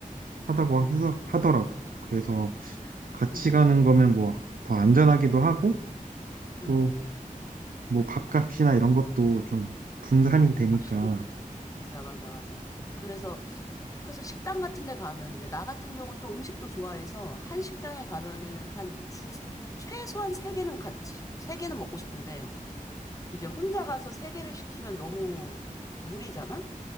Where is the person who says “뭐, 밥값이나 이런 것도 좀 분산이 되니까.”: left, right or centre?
Right